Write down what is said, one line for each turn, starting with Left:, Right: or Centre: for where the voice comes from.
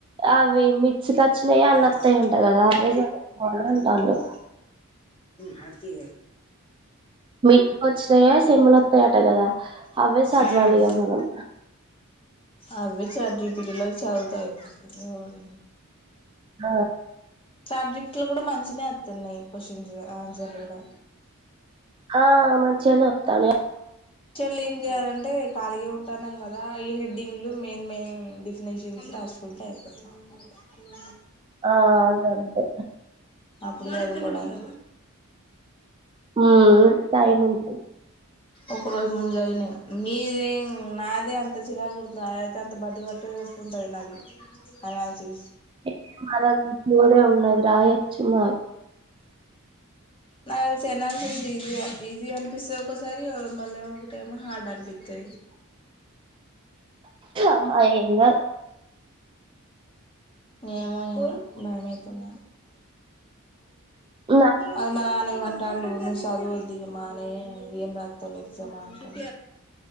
Right: అవి మిర్చికి వచ్చినయి అల్లుత్తాయి
Left: ఉమ్
Right: ఉంటాయి కదా అవి బాగానే ఉంటా వ
Left: హటి
Right: మిట్కి వచ్చాయ సేమ్ల వతాయట కదా అవే చదవాలిగా
Left: ఉమ్
Right: మనం
Left: అవి చార్జీబిడిలో చదువుతా అయిపోతుదు ఎ
Right: ఆ
Left: చార్ట్ జిఫట్ లో కూడా మంచిన వస్తున్నాయి క్వశ్చన్స్ ఆన్సర్లు కూడా
Right: ఆ మంచించినే ఆప్తాన
Left: విషన్లు ఏం చేయ్యాలంటే ఖాళీగా ఉంటున్నాం కదా ఈ హెడ్డింగ్లు మెయిన్ మెయిన్ డిఫినేషన్స్ రాసుకుంటే అయిపోత ఉ
Right: ఆ అద అంతే
Left: అప్పుడు అగకూడదు
Right: ఉ తయి ముంట
Left: ఒక రోజు ముందు రోజ మీదిే నాదే అంత చిరాగా కుడుతుంది అద అయితే అంత బడ్ పంది అట్టేటట్టు ఉంటుంది నాది అనినిసి
Right: ఎ మదంగా పోదే ఉన్నది రాయచుమ
Left: నా ఎనాలిసెస్ ఈజీ ఈజీ అనిపిస్తుంది ఒకసారి మళ్ళీ ఒకటమ హార్డ్ అనిపిస్తుది
Right: అమ్మ ఏం గాదు.
Left: ఏ మ భయమ తంద
Right: నా
Left: అ మన మంటా ను చదువు వద్ది మా అనే ఏం రాస్తాసమ్మా అంటా